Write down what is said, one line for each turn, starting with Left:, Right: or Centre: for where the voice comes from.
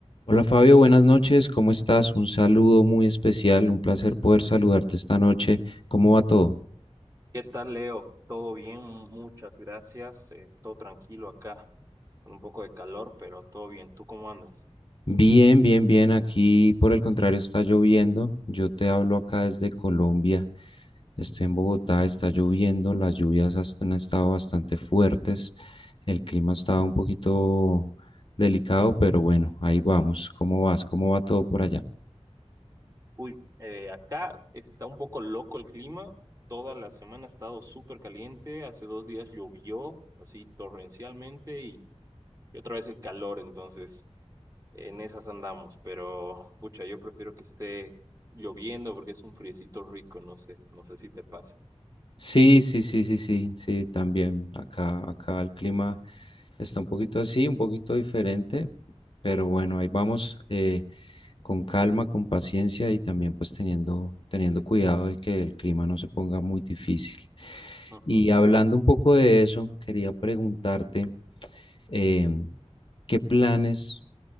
Left: Hola Fabio, buenas noches, ¿cómo estás? Un saludo muy especial, un placer poder saludarte esta noche. ¿Cómo va todo?
Right: ¿Qué tal, Leo? ¿Todo bien? Muchas gracias. Eh, Estoy tranquilo acá, con un poco de calor, pero todo bien. ¿Tú cómo andas?
Left: Bien, bien, bien. Aquí por el contrario está lloviendo. Yo te hablo acá desde Colombia. Estoy en Bogotá, está lloviendo, las lluvias has- han estado bastante fuertes. El clima estaba un poquito delicado, pero bueno, ahí vamos. ¿Cómo vas? ¿Cómo va todo por allá?
Right: Uy, eh, acá está un poco loco el clima. Toda la semana ha estado súper caliente. Hace dos días llovió, así torrencialmente, y, y otra vez el calor. Entonces, en esas andamos. Pero, pucha, yo prefiero que esté lloviendo porque es un friecito rico. No sé, no sé si te pasa.
Left: Sí, sí, sí, sí, sí, sí, también acá, acá el clima. Está un poquito así, un poquito diferente, pero bueno, ahí vamos eh, con calma, con paciencia y también pues teniendo, teniendo cuidado de que el clima no se ponga muy difícil.
Right: Ujú.
Left: Y hablando un poco de eso, quería preguntarte em, qué planes